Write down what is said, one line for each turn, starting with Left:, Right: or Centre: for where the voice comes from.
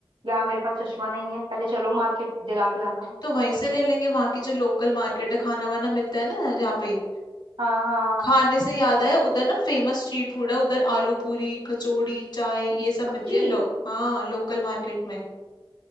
Right: यार मेरे पास चश्मा नहीं है पहले चलो मार्केट दिला के लाना
Left: तो वहीं से ले लेंगे वहां की जो लोकल मार्केट है खाना वाना मिलता है ना जहाँ पे
Right: हाँ हाँ हाँ
Left: खाने से याद आया उधर ना फेमस स्ट्रीट फूड है उधर आलू पूरी कचौड़ी चाय ये सब
Right: सच्ची
Left: मिलती है लो हाँ लोकल मार्केट में